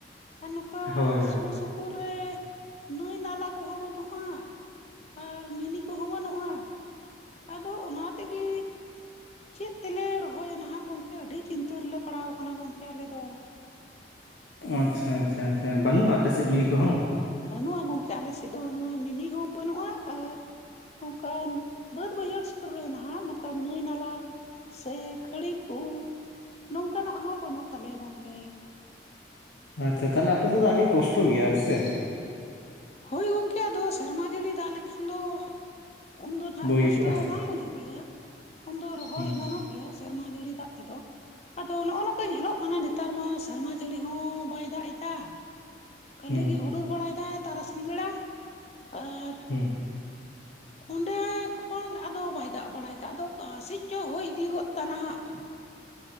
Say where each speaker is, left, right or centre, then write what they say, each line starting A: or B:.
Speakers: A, on the left (about 35°); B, on the left (about 80°).
A: ᱟᱨ ᱱᱚᱠᱟ
B: ᱦᱳᱭ ᱦᱳᱭ
A: ᱥᱩᱯᱩᱨ ᱨᱮ ᱱᱟᱹᱭ ᱱᱟᱞᱟ ᱠᱚᱦᱚᱸ ᱵᱟᱹᱱᱩᱜ-ᱟ ᱟᱨ ᱢᱤᱱᱤ ᱠᱚᱦᱚᱸ ᱵᱟᱹᱱᱩᱜ-ᱟ᱾ ᱟᱫᱚ ᱚᱱᱟ ᱛᱮᱜᱮ ᱪᱮᱫ ᱛᱮᱞᱮ ᱨᱚᱦᱚᱭᱟ ᱱᱟᱸᱦᱟᱜ ᱜᱚᱝᱠᱮ ᱟᱹᱰᱤ ᱪᱤᱱᱛᱟᱹ ᱨᱮᱞᱮ ᱯᱟᱲᱟᱣ ᱠᱟᱱᱟ ᱜᱚᱝᱠᱮ ᱟᱞᱮᱫ ᱫᱚ᱾
B: ᱟᱪᱪᱷᱟ ᱟᱪᱪᱷᱟ ᱟᱪᱪᱷᱟ ᱵᱟᱹᱱᱩᱜ-ᱟ ᱟᱯᱮᱥᱮᱜ ᱢᱤᱱᱤ ᱠᱚᱦᱚᱸ?
A: ᱵᱟᱹᱱᱩᱜ-ᱟ ᱜᱚᱝᱠᱮ ᱟᱞᱮᱥᱮᱜ ᱫᱚ ᱱᱚᱣᱟ ᱢᱤᱱᱤ ᱦᱚᱸ ᱵᱟᱹᱱᱩᱜ-ᱟ ᱟᱨ ᱱᱚᱝᱠᱟᱱ ᱵᱟᱹᱫ ᱵᱟᱹᱭᱦᱟᱹᱲ ᱥᱳᱨ ᱨᱮ ᱦᱮᱸᱱᱟᱜ-ᱟ ᱱᱚᱝᱠᱟ ᱱᱟᱹᱭ ᱱᱟᱞᱟ ᱥᱮ ᱠᱷᱟᱹᱲᱤ ᱠᱩ ᱱᱚᱝᱠᱟ ᱱᱟᱜ ᱦᱚᱸ ᱵᱟᱹᱱᱩᱜ ᱛᱟᱞᱮᱭᱟ ᱜᱚᱝᱠᱮ᱾
B: ᱟᱪᱪᱷᱟ ᱛᱟᱦᱞᱮ ᱟᱯᱮᱥᱮᱫ ᱫᱚ ᱟᱹᱰᱤ ᱠᱚᱥᱴᱚ ᱜᱮᱭᱟ ᱦᱮᱸ ᱥᱮ᱾
A: ᱦᱳᱭ ᱜᱚᱝᱠᱮ ᱟᱫᱚ ᱥᱮᱨᱢᱟ ᱡᱟᱹᱲᱤ ᱫᱟᱜᱽ ᱞᱮᱠᱷᱟᱱ ᱫᱚ ᱩᱱᱫᱚ ᱱᱟᱦᱟᱜ
B: ᱵᱳᱜᱮ
A: ᱠᱚᱥᱴᱚ
B: ᱠᱚᱜᱼᱟ
A: ᱵᱟᱝ ᱵᱩᱡᱷᱟᱹᱜ ᱜᱮᱭᱟ᱾ ᱩᱱᱫᱚ ᱨᱚᱦᱚᱭ
B: ᱦᱩᱸ
A: ᱜᱟᱱᱚᱜ ᱜᱮᱭᱟ ᱥᱮᱨᱢᱟ ᱡᱟᱹᱲᱤ ᱫᱟᱜ ᱛᱮᱫᱚ ᱟᱫᱚ ᱱᱚᱜᱼᱚ ᱱᱚᱜᱚ ᱱᱚᱝᱠᱟ ᱧᱮᱞᱚᱜ ᱠᱟᱱᱟ ᱱᱤ ᱛᱟᱨ ᱢᱟ ᱥᱮᱨᱢᱟ ᱡᱟᱹᱲᱤ ᱦᱚᱸ ᱵᱟᱭ ᱫᱟᱜ ᱮᱫᱟ ᱠᱷᱟᱹᱞᱤ
B: ᱦᱩᱸ
A: ᱜᱤᱭ ᱦᱩᱰᱩᱨ ᱵᱟᱲᱟᱭ ᱛᱟ ᱛᱨᱟᱥᱤᱧ ᱵᱮᱲᱟ ᱟᱨ
B: ᱦᱩᱸ
A: ᱚᱸᱰᱮ ᱠᱷᱚᱱ ᱟᱫᱚ ᱵᱟᱭ ᱫᱟᱜ ᱵᱟᱲᱟᱭ ᱫᱟ ᱟᱫᱚ ᱚᱠᱟ ᱥᱮᱜ ᱪᱚᱭ ᱦᱚᱭ ᱤᱫᱤ ᱜᱚᱫ ᱫᱟ ᱱᱟᱦᱟᱜ᱾